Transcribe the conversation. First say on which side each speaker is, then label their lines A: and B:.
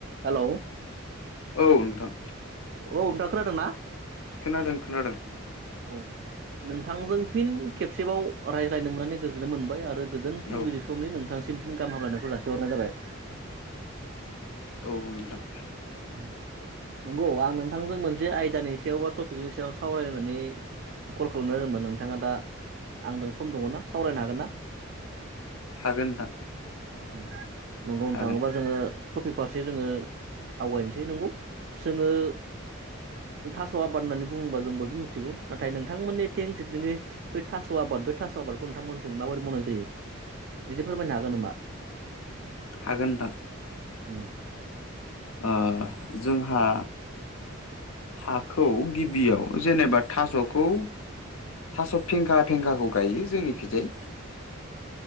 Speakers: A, on the right (about 50°); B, on the left (about 85°).
A: Hello?
B: औ नोंथां
A: औ नोंथां खोनादों ना?
B: खोनादों खोनादों।
A: औ नोंथांजों फिन खेबसेबाव रायज्लायनो मोननानै गोजोननाय मोनबाय आरो गोजोन फुंबिलि
B: औ
A: समनि नोंथांसिम फिन गा। हाम हामलायनायखौ जासिहरनाय जाबाय
B: औ नोंथां
A: उह नंगौ आं नोंथांजों मोनसे आयदानि सायाव बा टपिकनि सायाव सावरायनो होन्नानै कल खालामनाय जादोंमोन नोंथाङा दा आंजों सम दङ ना सावरायनो हागोन ना?
B: हागोन नोंथां
A: उम नंगौ नोंथांबा
B: हागोन
A: जोङो टपिक फारसे जोङो आवगायनोसै नोंगौ जोङो थास' आबाद होननानै बुङोबा जों बयबो मिथिगौ नाथाय नोंथांमोननि थिं जेथि निखि बे थास' आबाद बे थास' आबादखौ नोंथांमोनथिं माबोरै मावनाय जायो? एसे फोरमायनो हागोन नामा?
B: हागोन नोंथां
A: उम
B: ओ जोंहा
A: <inaudible>
B: हाखौ गिबियाव जेनेबा थास'खौ थास' फेंखा फेंखाखौ गायो जोंनिखिजाय